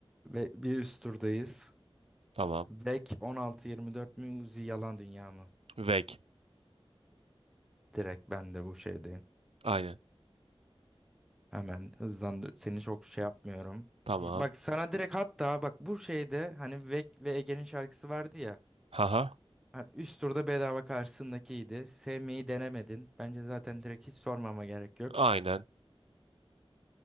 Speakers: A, in the centre; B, on the right (about 75°).
A: ve bir üst turdayız.
B: Tamam.
A: Vek 16-24 mi Uzi Yalan Dünya mı?
B: Vek.
A: Direkt ben de bu şeydeyim.
B: Aynen.
A: Hemen hızlandı. Seni çok şey yapmıyorum.
B: Tamam.
A: Bak sana direkt hatta bak bu şeyde hani Vek ve Ege'nin şarkısı vardı ya.
B: Haha.
A: Ha, Üst turda bedava karşısındakiydi. Sevmeyi denemedin. Bence zaten direkt hiç sormama gerek yok.
B: Aynen.